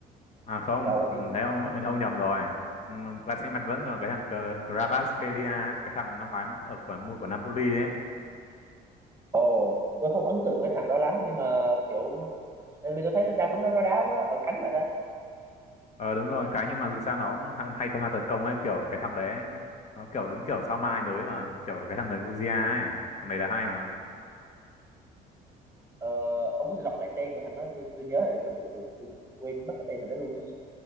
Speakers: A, on the left; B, on the right.
A: À không,
B: và Robinho
A: thấy ông ông nhầm rồi. Ừ, Paris Saint-Germain vẫn còn cái thằng Kvaratskhelia ấy, cái thằng năm ngoái ở của mua của Napoli ấy.
B: Ồ, tôi không ấn tượng với thằng đó lắm nhưng mà kiểu tại vì tôi thấy đa số nó nó đá ở cánh rồi đó.
A: Ờ đúng rồi, cái nhưng mà dù sao nó cũng hay hay tham gia tấn công ấy, kiểu cái thằng đấy, ấy, nó kiểu đúng kiểu sao mai mới mà, kiểu cái thằng người Georgia ấy, thằng này là hay mà.
B: Ờ, ông có thể đọc lại tên của thằng đó tôi, tôi nhớ lại được không? Tôi, tôi, tôi quên mất cái tên thằng đó luôn á.